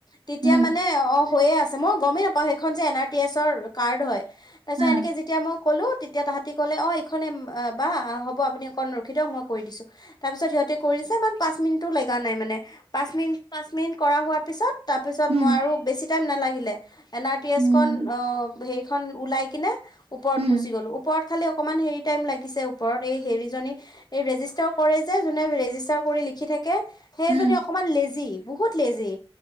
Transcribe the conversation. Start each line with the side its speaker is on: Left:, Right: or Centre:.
Left: তেতিয়া
Right: উম
Left: মানে অ' হৈয়ে আছে, মই গমেই নাপাওঁ সেইখন যে এন আৰ টি এছৰ কাৰ্ড হয়। তাপিছত
Right: অ
Left: এনেকে যেটিয়া মোক ক'লো, তেতিয়া তাহাতি ক'লে অ' এইখনে বা হ'ব আপুনি অকণ ৰখি দিয়ক মই কৰি দিছো। তাৰ পিছত সিহঁতে কৰি দিছে ইমান পাঁচ মিনিটটো লগা নাই মানে, পাঁচ মিনিট পাঁচ মিনিট কৰা হোৱাৰ পিছত তাৰপিছত
Right: উম
Left: মই আৰু বেছি টাইম নাগিলে, এন আৰ টি এছ
Right: উম
Left: খন অ হেৰি খন ওলাই কিনে ওপৰত
Right: উম
Left: গুছি গ'লো, ওপৰত খালি অকমান হেৰি টাইম লাগিছে, ওপৰত এই হেৰি জনী ৰেজি তাৰ কৰে যে যোনে ৰেজিষ্টাৰ কৰি লিখি থাকে সেইজনী
Right: উম
Left: অকমান লেজি। বহুত লেজি।